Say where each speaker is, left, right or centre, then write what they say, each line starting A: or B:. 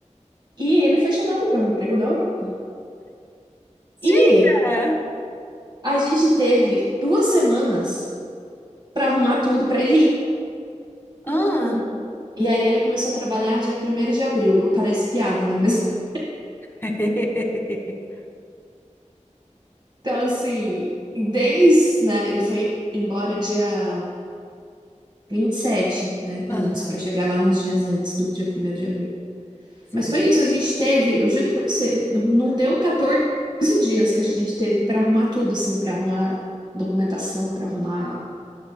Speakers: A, on the right (about 40°); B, on the left (about 20°).
A: E ele foi chamado para um emprego na Europa. E
B: diga!
A: a gente teve duas semanas para arrumar tudo para ele ir.
B: Ah.
A: E aí ele começou a trabalhar dia primeiro de abril. Parece piada, né? Mas <laughs>
B: <laughs>
A: então assim, desde, né, ele foi embora dia 27, né,
B: Aham,
A: antes para chegar lá uns dias antes do dia primeiro de abril.
B: sei.
A: Mas foi isso, a gente teve, eu juro para você, não deu 14 dias que a gente teve para arrumar tudo assim, para arrumar documentação, para arrumar